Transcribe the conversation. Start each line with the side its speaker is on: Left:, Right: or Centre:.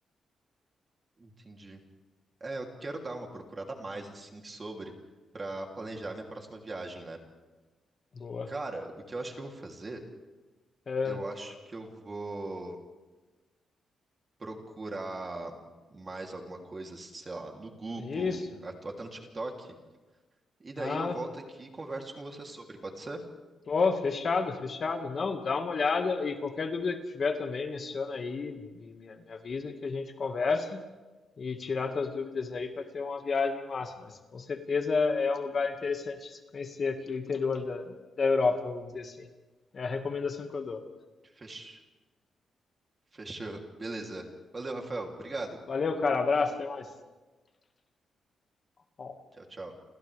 Right: Entendi. É, eu quero dar uma procurada a mais, assim, sobre, pra planejar minha próxima viagem, né?
Left: Boa.
Right: Cara, o que eu acho que eu vou fazer,
Left: É,
Right: eu acho que eu vou procurar mais alguma coisa, sei lá, no Google,
Left: é isso.
Right: at- até no TikTok E daí
Left: Ah,
Right: eu volto aqui e converso com você sobre, pode ser?
Left: Pô, fechado, fechado. Não, dá uma olhada e qualquer dúvida que tiver também, menciona aí e me, me avisa que a gente conversa e tirar tuas dúvidas aí para ter uma viagem massa. Mas com certeza é um lugar interessante de se conhecer aqui o interior da, da Europa, vamos dizer assim. É a recomendação que eu dou.
Right: Fech... Fechou. Beleza. Valeu, Rafael. Obrigado.
Left: Valeu, cara. Abraço, até mais. Ó,
Right: Tchau, tchau.